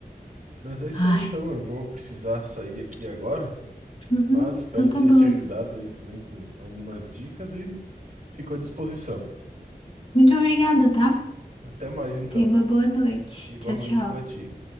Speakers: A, on the right (about 50°); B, on the left (about 35°).
A: Mas é isso
B: Ai.
A: aí então, eu vou precisar sair aqui agora,
B: Uhum,
A: mas espero
B: então tá
A: ter
B: bom.
A: te ajudado aí também com algumas dicas e fico à disposição.
B: Muito obrigada, tá?
A: Até mais então,
B: Tenha uma boa noite.
A: igualmente
B: Tchau, tchau.
A: para ti.